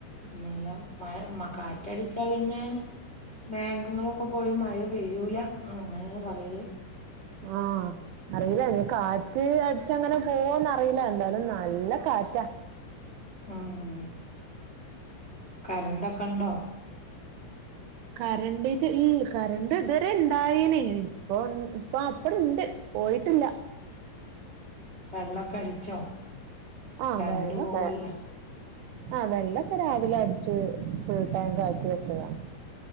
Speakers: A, on the left (about 20°); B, on the right (about 80°).
A: മെല്ലാം മഴ കാറ്റടിച്ചാ പിന്നെ മേഘങ്ങളൊക്കെ പോയി മഴ പെയ്യൂല അങ്ങനെയാണ് പറയല്
B: ആഹ് അറിയില്ല കാറ്റ് അടിച്ചങ്ങനെ പോവോന്ന് അറിയില്ല എന്തായാലും നല്ല കാറ്റാ
A: ആഹ് കരണ്ടൊക്കെ ഉണ്ടോ
B: കരണ്ട് ഈ കരണ്ട് ഇതുവരെ ഇണ്ടായിന് ഇപ്പൊ അപ്പോൾ അപ്പടെ ഉണ്ട് പോയിട്ടില്ല
A: വെള്ളൊക്കെ അടിച്ചോ
B: ആഹ്
A: കരണ്ട്
B: വെള്ളൊക്കെ
A: പോവല്ലോ
B: ആഹ് വെള്ളൊക്കെ രാവിലെ അടിച്ച് ഫുൾ ടാങ്ക് ആക്കി വെച്ചതാണ്